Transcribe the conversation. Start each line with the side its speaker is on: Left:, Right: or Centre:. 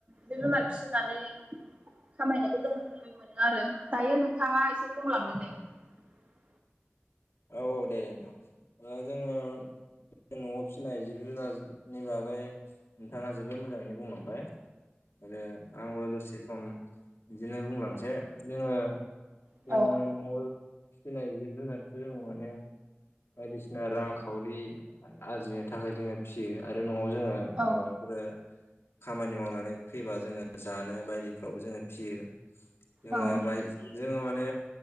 Right: जिब जुनार फिसिनानै खामायनायखौ जों नुनो मोनो आरो। दायो नोंथाङा एसे खमलांदो दे <unintelligible>
Left: औ औ दे नोंथां ओ जोङो न'आव फिसिनाय जिब जुनारनि बागै नोंथाङा जोबोद मोजाङैनो बुंलांबाय। आरो आंबो दसे सम बिदिनो बुंलांसै जोङो -जोङो
Right: औ
Left: न'आव फिसिनाय जिब जुनार जों माने बायदिसिना रांखावरि आरजिनो थाखाय जोङो फिसियो आरो न'आव जों जोङो
Right: औ
Left: माबाफोर खामानि मावनानै फैबा जोङो जानो बायदिफ्रावबो जोङो फिसियो। जोङो
Right: औ
Left: बाय जोङो माने